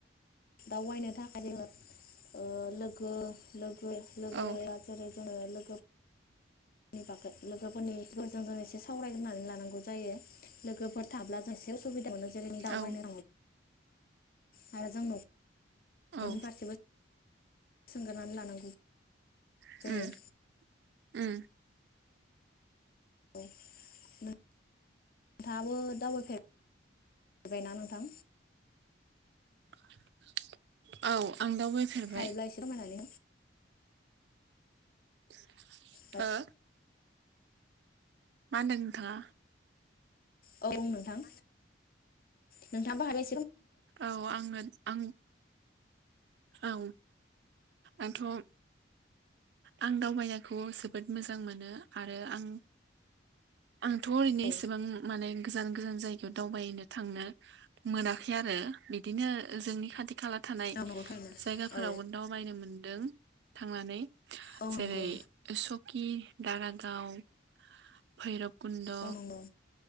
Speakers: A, on the left (about 50°); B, on the right (about 60°).
A: दावबायनो थाखाय जोङो ओ लोगो लोगो <unintelligible>
B: औ
A: लोगोफोरनि बागै लोगोफोरनिफोरजों जों एसे सावरायग्रोनानै लानांगौ जायो। लोगोफोर थाब्ला जों एसे उसुबिदा मोनो जेरै दावबायनो
B: औ
A: आरो जों न' नख'रनि
B: औ
A: फारसेबो सोंग्रोनानै लानांगौ
B: उम
A: जायो
B: उम
A: औ नोंथाङाबो दावबायफेरबायना नोंथां??
B: <unintelligible> औ आं दावबायफेरबाय।
A: हायोब्ला एसे फोरमायनानै हो
B: <unintelligible>
A: औ
B: हो मा होनदों नोंथाङा
A: औ नोंथां नोंथां बा हाबाय
B: औ आङो आं औ आंथ' आं दावबायनायखौ जोबोद मोजां मोनो आरो आं आंथ' ओरैनो
A: औ
B: इसेबां माने गोजान गोजान जायगायाव दावबायनो थांनो मोनाखै आरो बिदिनो जोंनि खाथि खाला थानाय
A: औ नंगौ थारैनो
B: जायगाफोरावबो
A: औ
B: दावबायनो मोनदों थांनानै
A: औ
B: जेरै
A: नंगौ
B: स कि दारागाव भैरब कुन्द'
A: औ नंगौ